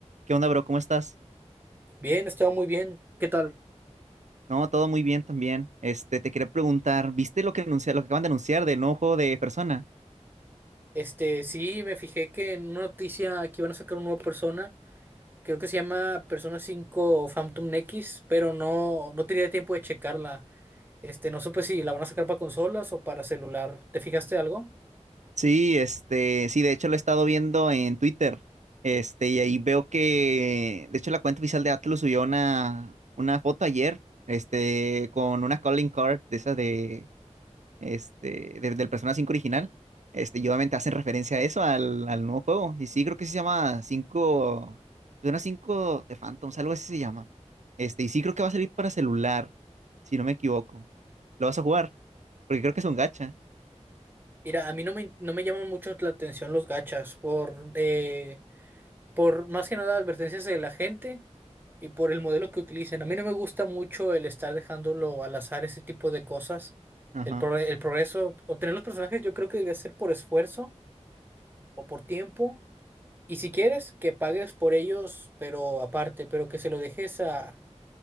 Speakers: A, on the right; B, on the right.
A: ¿Qué onda, bro? ¿Cómo estás?
B: Bien, estaba muy bien. ¿Qué tal?
A: No, todo muy bien también. Este, te quería preguntar, ¿viste lo que anuncia- lo que acaban de anunciar del nuevo juego de Persona?
B: Este, sí, me fijé que en una noticia aquí van a sacar una nueva persona. Creo que se llama Persona Cinco Phantom X, pero no, no tenía tiempo de checarla. Este, no supe si la van a sacar para consolas o para celular. ¿Te fijaste algo?
A: Sí, este, sí, de hecho lo he estado viendo en Twitter. Este, y ahí veo que, de hecho, la cuenta oficial de Atlus subió una, una foto ayer, este, con una calling card de esas de, este, de- del Persona 5 original. Este, y obviamente hacen referencia a eso, al, al nuevo juego. Y sí, creo que sí se llama cinco Persona cinco de Phantoms, algo así se llama. Este, y sí creo que va a salir para celular, si no me equivoco. ¿Lo vas a jugar? Porque creo que es un gacha.
B: Mira, a mí no me, no me llaman mucho la atención los gachas por, eh, por más que nada advertencias de la gente y por el modelo que utilicen. A mí no me gusta mucho el estar dejándolo al azar ese tipo de cosas.
A: Ajá,
B: El, pro- el progreso, obtener los personajes yo creo que debe ser por esfuerzo o por tiempo. Y si quieres, que pagues por ellos, pero aparte, pero que se lo dejes a